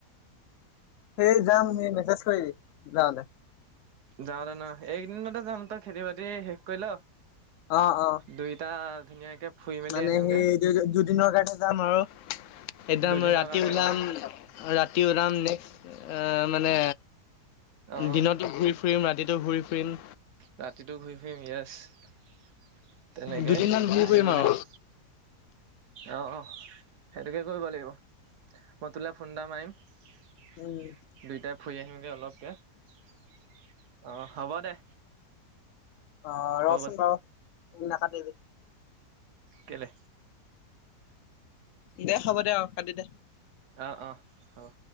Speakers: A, on the left; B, on the right.
A: সেই যাম মোক মেছেজ কৰিবি যাওতে
B: যাওঁতে ন এইকদিনতে যাম তই খেতি বাতি শেষ কৰিল
A: অ অ
B: দুইটা ধুনীয়াকে ফুৰি মেলি
A: মানে
B: আহিমগে
A: সেই দুদিনৰ কাৰণে যাম আৰু একদম
B: দুদিনৰ
A: ৰাতি
B: কাৰণে
A: ওলাম
B: অ
A: ৰাতি ওলাম নেক্সট মানে
B: অ
A: দিনতো ঘূৰি ফুৰিম ৰাতিটো ঘূৰি ফুৰিম
B: ৰাতিটো ঘূৰি ফুৰিম য়েছ তেনেকে
A: দুদিনমান ঘূৰি
B: আহিবলৈ
A: ফুৰিম আৰু
B: অ', অ' সেইটোকে কৰিব লাগিব মই তোলে ফোন এটা মাৰিম দুইটাই
A: উম
B: ফুৰি আহিমগৈ অলপকৈ অ' হ'ব দে
A: অ',
B: হৈ
A: ৰচোন
B: গ'ল
A: ৰ নাকাটিবি
B: কেলে
A: দে হ'ব দে অ' কাটি দে
B: অ' অ' হব